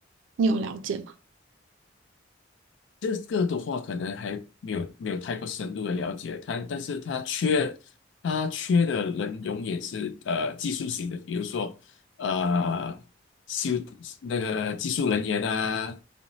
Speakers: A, on the right; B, on the left.
A: 你有了解吗？
B: 这个的话，可能还没有没有太过深入的了解它，但是它缺它缺的人永远是呃技术型的，比如说呃修那个技术人员啊，